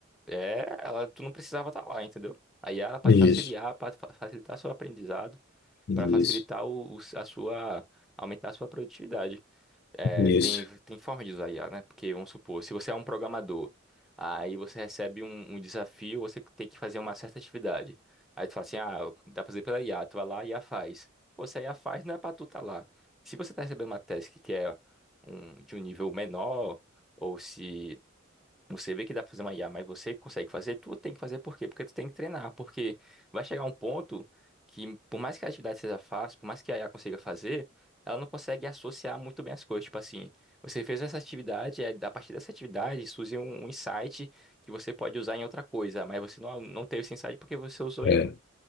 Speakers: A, in the centre; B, on the left.
A: é, ela, tu não precisava estar lá, entendeu? A Yara para
B: Isso,
A: te auxiliar, para facilitar seu aprendizado,
B: isso,
A: para facilitar o, o- a sua, aumentar a sua produtividade. É,
B: isso.
A: tem, tem forma de usar I a Yara, né? Porque, vamos supor, se você é um programador, aí você recebe um, um desafio, você tem que fazer uma certa atividade. Aí tu fala assim, ah, dá pra fazer pela IA, tu vai lá e a IA faz. Pô, se a IA faz, não é pra tu tá lá. Se você tá recebendo uma task que é um, de um nível menor, ou se você vê que dá pra fazer uma IA, mas você consegue fazer, tu tem que fazer por quê? Porque tu tem que treinar, porque vai chegar um ponto que, por mais que a atividade seja fácil, por mais que a IA consiga fazer, ela não consegue associar muito bem as coisas. Tipo assim, você fez essa atividade, aí, a partir dessa atividade surge um, um insight que você pode usar em outra coisa, mas você não, não teve esse insight porque você usou
B: É.
A: IA.